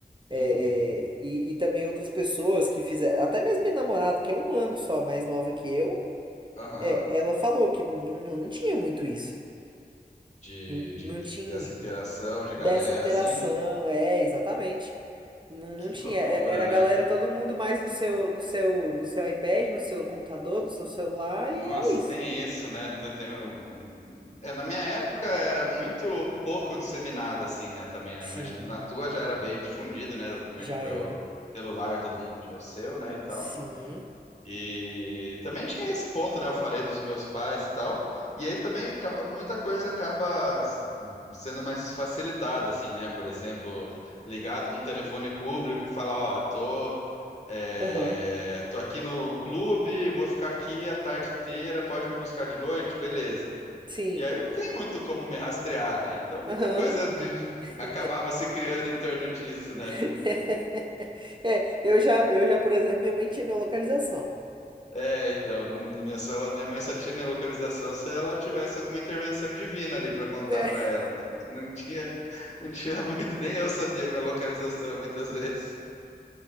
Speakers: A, on the right; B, on the left.
A: É,
B: Uhum.
A: é, e, e também outras pessoas que fizeram, até mesmo minha namorada, que é um ano só mais nova que eu,
B: Aham.
A: é, ela falou que não, não não tinha muito isso.
B: De,
A: Não,
B: de,
A: não
B: de-
A: tinha.
B: dessa interação de galera,
A: Dessa interação,
B: assim?
A: é, exatamente. Não, não
B: Que
A: tinha.
B: loucura,
A: É- Era
B: né?
A: a galera, todo mundo mais no seu, no seu, no seu iPad, no seu computador, no seu celular,
B: Nossa,
A: e é isso.
B: tem isso, né? Tu Tem, um- um- é, na minha época era muito pouco disseminada, assim, né? Também, né?
A: Sim,
B: Mas na tua já era bem difundida, né? Eu Imagino
A: já era.
B: eu, celular, todo mundo tinha o seu, né? E tal.
A: Sim.
B: E também tinha esse ponto, né? Eu falei dos meus pais e tal. E aí também acaba, muita coisa acaba s- sendo mais facilitada, assim, né? Por exemplo, ligado um telefone público e falar, ó, eu tô, é,
A: Aham.
B: tô aqui no clube, vou ficar aqui a tarde inteira, pode me buscar de noite, beleza.
A: Sim.
B: E aí não tem muito como me rastrear, né? Então muita
A: Aham.
B: coisa de- de-
A: <laughs>
B: acabava se criando em torno disso, né?
A: <laughs> É, eu já, eu já, por exemplo, minha mãe tinha minha localização.
B: É, então, no- na minha sala, minha mãe só tinha minha localização se ela tivesse alguma intervenção divina ali pra contar
A: <laughs>
B: pra ela, né? Porque não tinha, não tinha <laughs> muito, nem eu sabia minha localização muitas vezes.